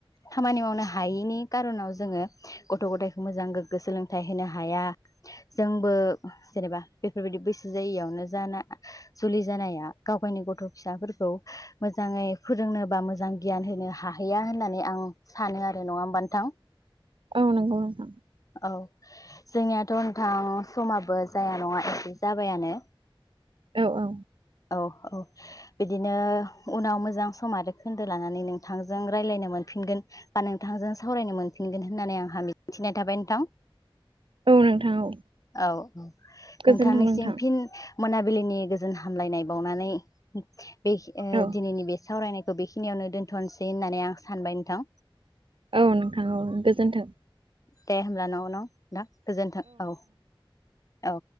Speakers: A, on the left; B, on the right.
A: खामानि मावनो हायैनि कार'नाव जोङो गथ' गथायखौ मोजां गोग्गो सोलोंथाइ होनो हाया जोंबो जेनेबा बेफोरबायदि बैसो जायियावनो जाना जुलि जानाया गाव गावनि गथ' फिसाफोरखौ मोजाङै फोरोंनो बा मोजां गियान होनो हाहैया होननानै आं सानो आरो नङा होमबा नोंथां?
B: औ नंगौ नोंथां।
A: औ जोंनियाथ' नोंथां समाबो जाया नङा एसे जाबायानो
B: औ औ
A: औ औ बिदिनो उनाव मोजां सम आरो खोन्दो लानानै नोंथांजों रायलायनो मोनफिनगोन बा नोंथांजों सावरायनो मोनफिनगोन होननानै आंहा मिजिंथिनाय थाबाय नोंथां।
B: औ नोंथां औ
A: औ औ
B: गोजोनथों
A: नोंथांनिसिम
B: नोंथां
A: फिन मोनाबिलिनि गोजोन हामलायनाय बावनानै बे
B: औ
A: दिनैनि बे सावरायनाय खौ बेखिनियावनो दोन्थ'नोसै होननानै आं सानबाय नोंथां।
B: औ नोंथां औ गोजोन्थों
A: दे होमब्ला <unintelligible> <unintelligible> गोजोन्थों औ। औ